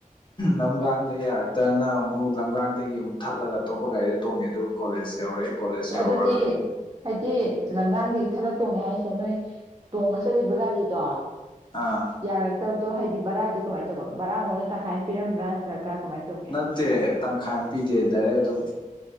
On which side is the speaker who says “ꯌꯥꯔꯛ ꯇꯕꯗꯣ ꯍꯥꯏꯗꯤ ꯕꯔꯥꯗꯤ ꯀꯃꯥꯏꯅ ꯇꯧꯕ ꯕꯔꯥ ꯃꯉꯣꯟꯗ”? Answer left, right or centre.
Right